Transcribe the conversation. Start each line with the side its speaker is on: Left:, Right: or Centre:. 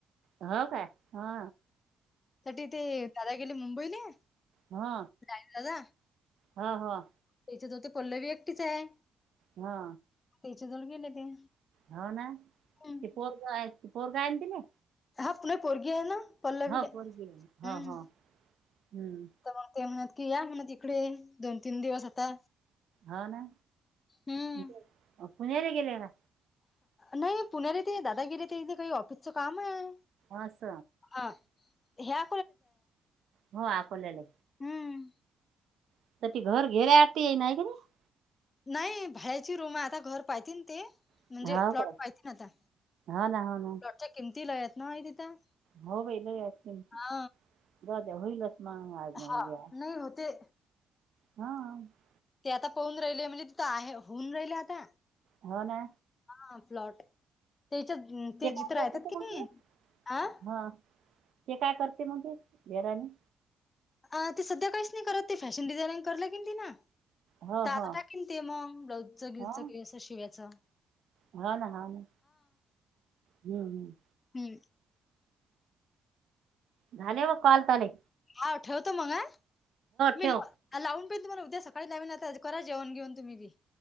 Right: हो काय हा
Left: तटी ते दादा गेले मुंबईला
Right: हा
Left: काय झालं.
Right: हो हो.
Left: त्याच्या जवळ ते पल्लवी एकटीच आहे.
Right: हा.
Left: त्याच्याजवळ गेले ते
Right: हो ना
Left: हम्म
Right: स पोरग पोरगा आणतील ना
Left: हा तुला पोरगी आहे ना पल्लवीले
Right: हा पोरगी हाय हा
Left: हम्म
Right: हा हम्म
Left: तर मग ते की या तुम्ही तिकडे दोन तीन दिवस आता
Right: हो ना
Left: हम्म
Right: ते पुण्याला गेले का?
Left: नाही पुण्यात तिथे दादा गेले ते इथे काही ऑफिसचं काम आहे.
Right: आस
Left: हा ह्या
Right: हो, अकोल्याला
Left: <unintelligible>
Right: <unintelligible>
Left: नाही भाड्याची रूम आहे आता घर पाहतील ते
Right: नाही
Left: म्हणजे
Right: हो
Left: प्लॉट
Right: काय
Left: पाहतील आता
Right: हो ना हो ना
Left: प्लॉटच्या किमती लय आहेत ना तिथं.
Right: हो बाई लय असत
Left: हा
Right: द्या द्या होईलच. महागा
Left: हा
Right: नऊ घ्या
Left: नाही होते.
Right: हा <unintelligible>
Left: ते आता पाहून राहिले म्हणजे तिथं आहे होऊन राहिले आता
Right: हो ना
Left: हा प्लॉट त्याच्यात ते
Right: काय
Left: जिथ राहतात
Right: करते तर
Left: की
Right: मग
Left: नाही
Right: ते
Left: आ
Right: हा ते काय करते मग ते देवरानी
Left: अ ते सध्या काहीच नाही करत ते फॅशन डिझानिंग करल कीन ती न
Right: हो
Left: तात
Right: हो
Left: टाकेन ते मग ब्लाऊज बिऊजच
Right: हो
Left: की असं शिवायच.
Right: हो ना हा ना हम्म
Left: हम्म.
Right: झाले ओ कॉल झाले.
Left: हा ठेवतो मग आ मील
Right: ठेव
Left: आ लावून पण तुम्हाला उद्या सकाळी नवीन आता करा जेवण घेऊ तुम्ही बी